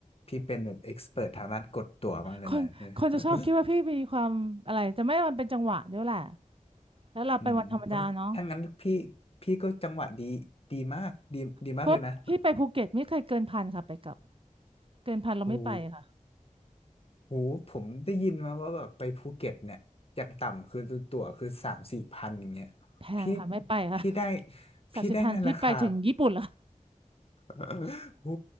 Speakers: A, on the left; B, on the right.
A: พี่เป็นแบบเอ็กซ์เพิร์ทางด้านกดตั๋วมากเลยนะ
B: คนคนจะชอบคิดว่าพี่มีความอะไรจะไม่มันเป็นจังหวะด้วยแหละ
A: <laughs> อ
B: แล้วเราไปวันธรรมดาเนาะ
A: อืมโอ้ถ้างั้นพี่พี่ก็จังหวะดีดีมากดีดีมากเลยนะ
B: เพราะพี่ไปภูเก็ตไม่เคยเกินพันค่ะไปกลับเกินพันเราไม่ไปค่ะ
A: โอ้ โหผมได้ยินมาว่าแบบไปภูเก็ตเนี่ยอย่างต่ำคือตั๋วคือสามสี่พันอย่างเงี้ย
B: แพงค่ะไม่ไปค่ะ
A: พี่พี่ได้พี่ได้นั่นแหละครับ
B: สามสิบพันพี่ไปถึงญี่ปุ่นเล้ว
A: <laughs> โอ้